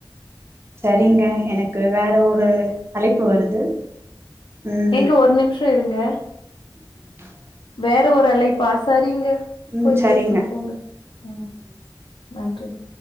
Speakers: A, on the right; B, on the left.
A: சரிங்க எனக்கு வேற ஒரு அழைப்பு வருது ம்
B: ஏங்க ஒரு நிமிஷம் இருங்க
A: ம் <inaudible>
B: வேற ஒரு அழைப்பா சரிங்க
A: ம்
B: போய்
A: சரிங்க
B: பேசுங்க போங்க ம் நன்றிங்க